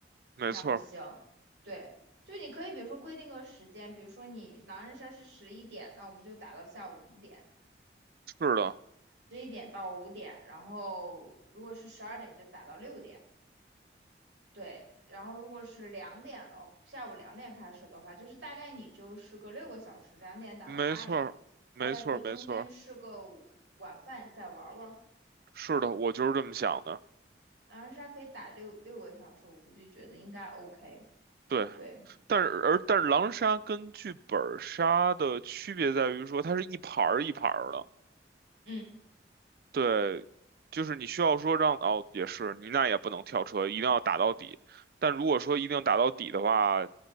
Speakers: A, on the right (about 55°); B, on the right (about 85°).
A: 没错儿，
B: 那不行。对，就你可以比如说规定个时间，比如说你狼人杀是十一点，那我们就打到下午五点。
A: 是的，
B: 十一点到五点，然后如果是十二点就打到六点，对，然后如果是两点的，下午两点开始的话，就是大概你就是个六个小时，两点打到八点，
A: 没错儿，没错儿，
B: 大家可以中间吃个午晚饭再玩玩，
A: 没错儿，是的，我就是这么想的。
B: 对对，狼人杀可以打六六个小时，我估计觉得应该 OK，
A: 对，
B: 对，
A: 但是而但是狼杀跟剧本杀的区别在于说，它是一盘儿一盘儿的。
B: 嗯
A: 对，就是你需要说让哦，也是你那也不能跳车，一定要打到底。但如果说一定要打到底的话，